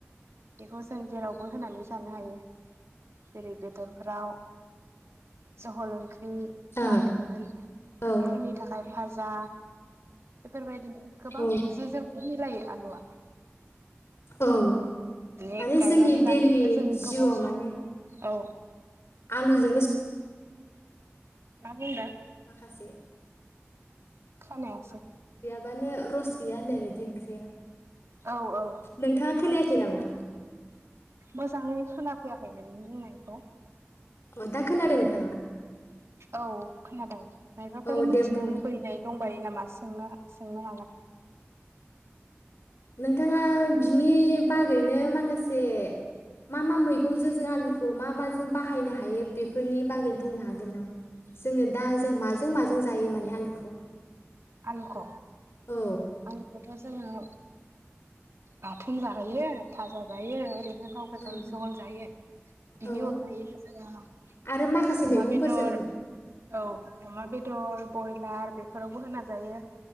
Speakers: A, on the right; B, on the left.
A: बेखौ जों जेरावबो होनानै जानो हायो जेरै बेदरफ्राव जहल ओंख्रि बे
B: औ
A: बाथोन
B: औ
A: फुंनि थाखाय भाजा बेफोर बायदि गोबां
B: औ
A: जि जोंबो मिलायो आलुआ
B: औ
A: बे
B: माने
A: गायनानै
B: जोंनि
A: लानाय
B: दैलि
A: दा जों
B: जिउआव
A: गोबाव सम
B: माने
A: औ
B: आलुजोंनो स
A: मा बुंदों
B: माखासे
A: खानायासो
B: बानो रस गैया होननाय बायदि ओंख्रिया
A: औ औ
B: नोंथाङा खोनाया खि नामा
A: मोजाङै खोनाफैयाखै नोंनि बुंनायखौ।
B: अ दा खोनादों नोंथाङा
A: औ खोनादों। मायबाफोर
B: औ
A: मिथिनो
B: दे बुं
A: लुबैनाय दंबायो नामा सोंनो हा सोंनो हागोन।
B: नोंथाङा बिनि बागैनो माखासे मा मा मैगंजों जों आलुखौ मा माजों बाहायनो हायो बेफोरनि बागै बुंनो हागोन नामा जोङो दा जों माजों माजों जायो माने आलुखौ
A: आलुख'
B: औ
A: आलु खथ' जोङो बाथोन जाहैयो फाजा जायो ओरै बिदिनो गाव गोजायो
B: ओं
A: जहल जायो बिनि
B: औ
A: अनगायैबो जोङो
B: आरो माखासे
A: अमा
B: मैगंफोरजों
A: बेदर औ। अमा बेदर ब्रयलार बेफोरावबो होना जा दायो